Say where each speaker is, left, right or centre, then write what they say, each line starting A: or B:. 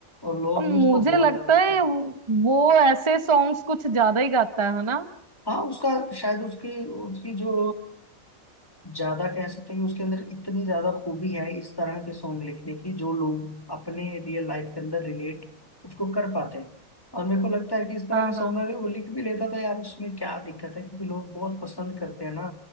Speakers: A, on the left; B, on the right.
A: और लोग
B: और मुझे
A: भी उसको बहुत
B: लगता
A: ज्यादा पसंद
B: है वो वो ऐसे सॉन्ग्स कुछ ज्यादा ही गाता है है ना
A: हाँ उसका शायद उसकी उसकी जो ज्यादा कह सकते हैं कि उसके अंदर इतनी ज्यादा खूबी है इस तरह के सॉन्ग लिखने की जो लोग अपने रियल लाइफ के अंदर रिलेट उसको कर पाते हैं और मेरे को लगता है कि इस तरह
B: हाँ
A: के
B: हाँ
A: सॉन्ग अगर वो लिख भी लेता था यार उसमें क्या दिक्कत है क्योंकि लोग बहुत पसंद करते हैं ना